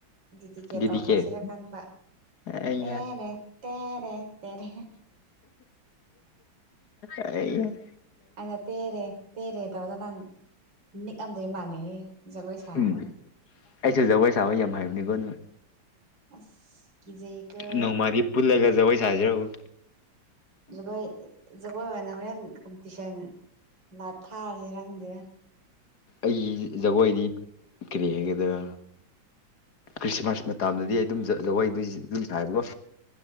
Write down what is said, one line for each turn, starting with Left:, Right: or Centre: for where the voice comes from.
Right: ꯗꯤ ꯇꯤꯀꯦ
Left: ꯗꯤꯗꯤꯀꯦꯠ
Right: ꯇꯧꯈ꯭ꯔꯁꯤꯔ ꯈꯟꯕ
Left: ꯑꯩꯌꯥ
Right: ꯇꯦꯔ ꯇꯔ ꯇꯦꯔ
Left: ꯑꯩ
Right: ꯑꯩꯅ ꯇꯦꯔꯦ ꯇꯦꯔꯦ ꯇꯧꯕꯗ ꯅꯪ ꯅꯤꯛꯑꯝꯗꯣꯏ ꯃꯥꯜꯂꯦ ꯑꯦ ꯖꯒꯣꯏ ꯁꯥꯔꯒ
Left: ꯎꯝ ꯑꯩꯁꯨ ꯖꯒꯣꯏ ꯁꯥꯕ ꯌꯥꯝ ꯍꯥꯏꯕꯅꯤꯀꯣ ꯅꯪ
Right: ꯑꯁ ꯀꯤꯖꯩꯀꯣ
Left: ꯅꯣꯡꯃꯗꯤ ꯄꯨꯜꯂꯒ ꯖꯒꯣꯏ ꯁꯥꯖꯔꯛꯎ
Right: ꯒ ꯖꯒꯅ ꯍꯔ ꯀꯝꯄꯤꯇꯤꯁꯟ ꯂꯥꯏ ꯊꯥꯔ ꯍꯦꯔ ꯈꯟꯗꯦꯔ
Left: ꯑꯩꯒꯤ ꯖꯒꯣꯏꯗꯤ ꯀꯔꯤ ꯍꯥꯏꯒꯗ꯭ꯔꯥ ꯈ꯭ꯔꯤꯁꯃꯥꯁ ꯃꯇꯝꯗꯗꯤ ꯑꯩ ꯑꯗꯨꯝ ꯑꯗꯨꯝ ꯁꯕꯀꯣ